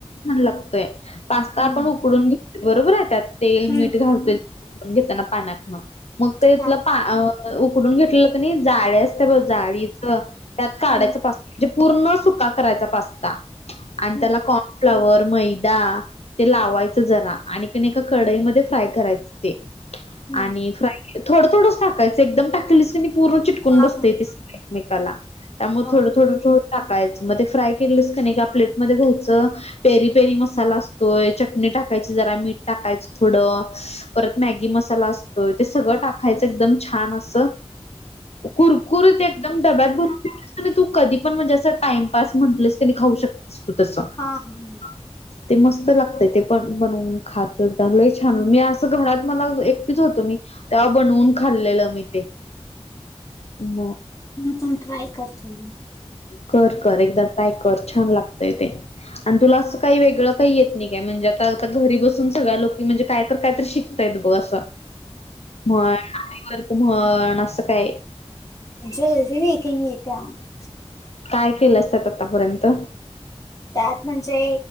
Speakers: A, on the left; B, on the left.
A: छान लागतोय पास्ता
B: हम्म,
A: आपण उकडून घेतोय बरोबर आहे त्यात तेल
B: हम्म,
A: मीठ घालतोय उकडून घेताना पाण्यातनं मग ते इथलं
B: हा
A: पा उकडून घेतलेलं क नाही जाळे असत बघ जाळीचं त्यात
B: हम्म,
A: काढायचा पास्ता म्हणजे पूर्ण सुका करायचा पास्ता आणि
B: हम्म
A: त्याला कॉर्नफ्लावर, मैदा ते लावायचं जरा आणि कण एका कडईमध्ये फ्राय करायचं ते
B: हम्म
A: आणि फ्राय थोडं थोडंच टाकायचं एकदम टाकलीस की नाही पूर्ण चिटकून
B: हा
A: बसतय
B: हा
A: ते सगळं एक मेकाला त्यामुळे
B: हा
A: थोडं थोडंचं टाकायचं मग ते फ्राय केलंस का नाही एका प्लेट मध्ये घ्यायचं पेरी पेरी मसाला असतोय चटणी टाकायची जरा मीठ टाकायच थोडं परत मॅगी मसाला असतोय ते सगळं टाकायचं एकदम छान असं कुरकुरीत एकदम डब्यात भरून तू कधी पण म्हणजे असं टाइमपास म्हटलस की खाऊ शकतेस तू तसं
B: हा हम
A: <inaudible> ते मस्त लागतय ते पण बनवून खात लई छान मी असं घरात मला एकटीच होतो मी तेव्हा बनवून खाल्लेलं मी ते म
B: मी पण ट्राय करतो घे
A: कर कर एकदा ट्राय कर छान लागतय ते आणि तुला असं काही वेगळं काही येत नाही काय म्हणजे आता आता घरी बसून सगळ्या लोक म्हणजे काय तर कायतरी शिक य बघ अस म्हण आ व म्हण असं काय
B: जलदी नाही <unintelligible>
A: काय केलं असतात आतापर्यंत
B: त्यात म्हणजे